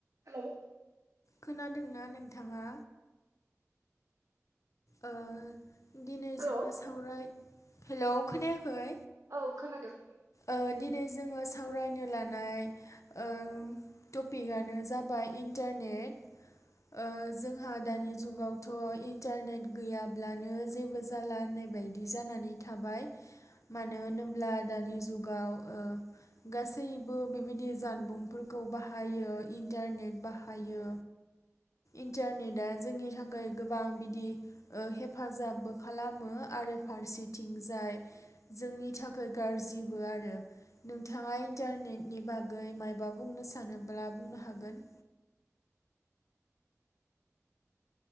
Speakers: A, on the right (about 70°); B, on the left (about 70°).
A: Hello
B: खोनादोंना नोंथाङा ओ दिनै
A: हेलौ
B: जोङो सावराय हेलौ खोनायाखै
A: औ खोनादों
B: ओ दिनै जोङो सावरायनो लानाय ओ टपिकआनो जाबाय इन्टारनेट ओ जोंहा दानि जुगावथ' इन्टारनेट गैयाब्लानो जेबो जाला होननाय बायदि जानानै थाबाय मानो होनोब्ला दानि जुगाव ओ गासैबो बेबायदि जानबुंफोरखौ बाहायो इन्टारनेट बाहायो इन्टारनेटआ जोंनि थाखाय गोबां बिदि ओ हेफाजाबबो खालामो आरो फारसेथिंजाय जोंनि थाखाय गाज्रिबो आरो नोंथाङा इन्टारनेटनि बागै मायबा बुंनो सानोब्ला बुंनो हागोन